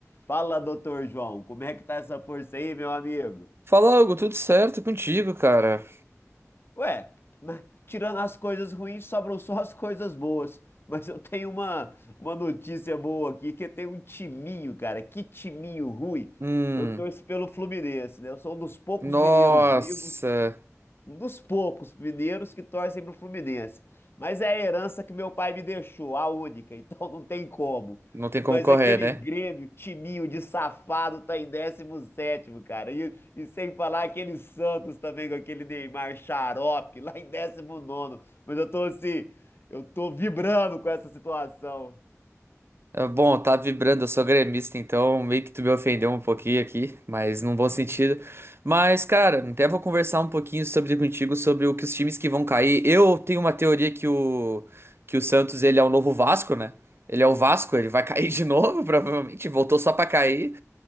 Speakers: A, on the left; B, on the right.
A: Fala, doutor João, como é que tá essa força aí, meu amigo?
B: Fala, Hugo, tudo certo E contigo, cara?
A: Ué, mas tirando as coisas ruins, sobram só as coisas boas. Mas eu tenho uma, uma notícia boa aqui, que tem um timinho, cara. Que timinho ruim.
B: Hum,
A: Eu torço pelo Fluminense, né? Eu sou um dos poucos
B: nossa,
A: mineiros vivos. um dos poucos mineiros que torcem pro Fluminense. Mas é a herança que meu pai me deixou, a única, <laughs> então não tem como.
B: não tem
A: Mas
B: como correr,
A: aquele
B: né?
A: Grêmio, timinho de safado, tá em décimo sétimo, cara. E, e sem falar aquele Santos também, com aquele Neymar xarope, lá em décimo nono. Mas eu tô assim, eu tô vibrando com essa situação.
B: Ah, Bom, tá vibrando, eu sou gremista, então meio que tu me ofendeu um pouquinho aqui, mas num bom sentido. Mas, cara, até vou conversar um pouquinho sobre contigo, sobre o que os times que vão cair. Eu tenho uma teoria que o, que o Santos, ele é o novo Vasco, né? Ele é o Vasco, ele vai <laughs> cair de novo, <laughs> provavelmente, voltou só pra cair.